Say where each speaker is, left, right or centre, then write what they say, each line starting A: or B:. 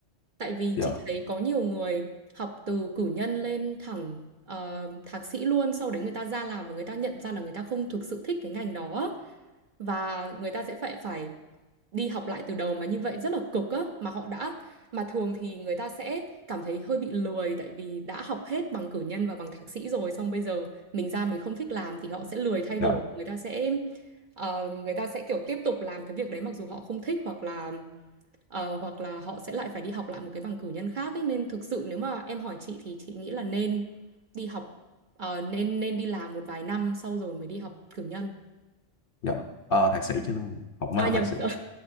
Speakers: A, on the right; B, on the left.
A: Tại vì
B: dạ,
A: chị thấy có nhiều người học từ cử nhân lên thẳng ờ, thạc sĩ luôn, sau đấy người ta ra làm và người ta nhận ra là người ta không thực sự thích cái ngành đó và người ta sẽ phải phải đi học lại từ đầu mà như vậy rất là cực á mà họ đã mà thường thì người ta sẽ cảm thấy hơi bị lười tại vì đã học hết bằng cử nhân và bằng thạc sĩ rồi xong bây giờ mình ra mình không thích làm thì họ sẽ lười thay
B: dạ,
A: đổi, người ta sẽ ờ, người ta sẽ kiểu tiếp tục làm cái việc đấy mặc dù họ không thích hoặc là Ờ, hoặc là họ sẽ lại phải đi học lại một cái bằng cử nhân khác ấy. Nên thực sự nếu mà em hỏi chị thì chị nghĩ là nên đi học ờ, nên nên đi làm một vài năm sau rồi mới đi học cử nhân
B: dạ. Ờ, thạc sĩ chứ luôn, học mới
A: à
B: học
A: nhầm
B: thạc sĩ.
A: <laughs> ờ,